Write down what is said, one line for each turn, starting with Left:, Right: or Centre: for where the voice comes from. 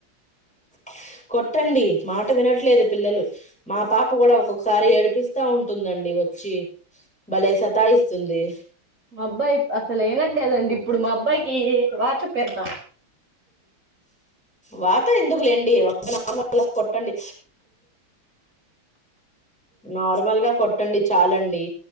Centre: <inaudible> కొట్టండీ మాట వినట్లేదు పిల్లలు మా పాప కూడా ఒక్కొక్కసారి ఏడిపిస్తా ఉంటుందండి వచ్చి భలే సతాయిస్తుంది
Right: మా అబ్బాయి అసలు ఇనట్లే దండి ఇప్పుడు మా అబ్బాయికి వాత పెడతం
Centre: వాత ఎందుకులేండి నార్మల్ గా కొట్టండి నార్మల్గా కొట్టండి చాలండి